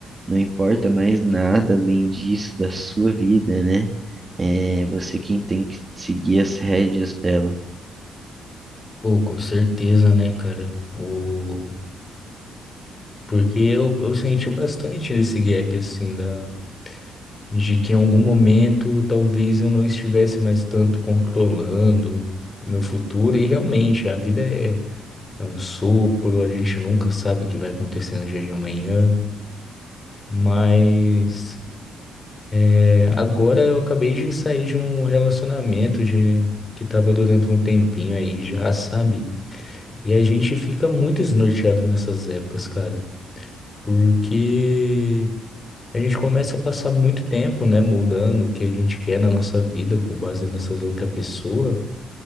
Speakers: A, on the right; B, on the left.
A: Não importa mais nada além disso da sua vida, né? É você quem tem que seguir as rédeas dela.
B: Pô, com certeza, né, cara? O... Porque eu, eu senti bastante esse gap, assim, da. de que em algum momento talvez eu não estivesse mais tanto controlando o meu futuro, e realmente a vida é, é um sopro, a gente nunca sabe o que vai acontecer no dia de amanhã, mas é, agora eu acabei de sair de um relacionamento de, que estava durando um tempinho aí já, sabe? E a gente fica muito desnorteado nessas épocas, cara, porque A gente começa a passar muito tempo, né, moldando o que a gente quer na nossa vida com base nessas outra pessoa